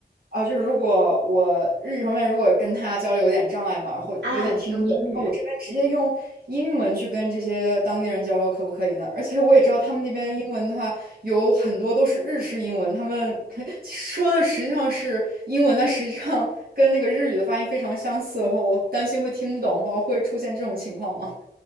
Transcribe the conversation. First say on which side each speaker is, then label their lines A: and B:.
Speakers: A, on the right; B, on the right.
A: 啊，就是如果我日语方面如果跟他交流有点障碍嘛，然后有点听不懂，
B: 啊，用英语。
A: 然后我这边直接用英文去跟这些当地人交流，
B: 嗯
A: 可不可以呢？而且我也知道他们那边英文的话，有很多都是日式英文，他们 <laughs> 说的实际上是英文，但实际上跟那个日语的发音非常相似，然后我担心会听不懂，或会出现这种情况吗？